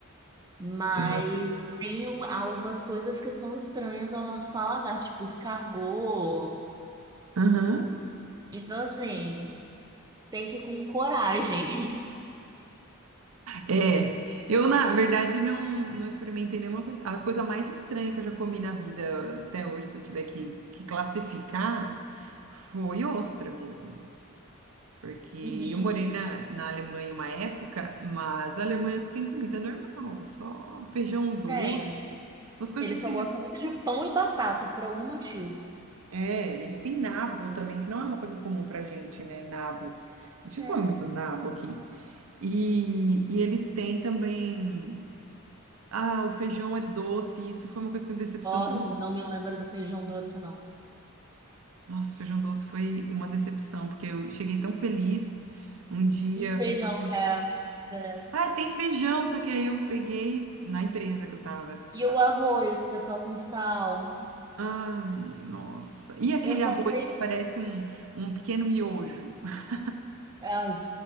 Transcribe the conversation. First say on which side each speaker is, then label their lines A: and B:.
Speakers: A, on the right; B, on the right.
A: Mas
B: Eu não.
A: tem um- algumas coisas que são estranhas ao nosso paladar, tipo escargot.
B: Aham.
A: Então, assim, tem que ir com coragem. <laughs>
B: É, eu na verdade não, não experimentei nenhuma coisa. A coisa mais estranha que eu já comi na vida até hoje, se eu tiver que, que classificar, foi ostra mesmo. Porque
A: Uhum,
B: eu morei na, na Alemanha uma época, mas a Alemanha tem comida normal, só feijão doce,
A: tem.
B: umas coisas
A: Ele
B: esquisitas.
A: só gosta muito de pão e batata, por algum motivo.
B: É, eles têm nabo também, que não é uma coisa comum pra gente, né? Nabo. A gente
A: É.
B: não come muito nabo aqui. E, e eles têm também. Ah, o feijão é doce. Isso foi uma coisa que me decepcionou
A: Ó,
B: muito.
A: não me lembro do feijão doce, não.
B: Nossa, o feijão doce foi uma decepção, porque eu cheguei tão feliz. Um dia
A: E feijão,
B: a pessoa falou assim:
A: é, é.
B: Ah, tem feijão, só que aí eu peguei na empresa que eu tava.
A: E o arroz, que é só com sal.
B: Ai, nossa. E aquele
A: Eu só
B: arroz
A: sei.
B: que parece um, um pequeno miojo? <laughs>
A: Ai,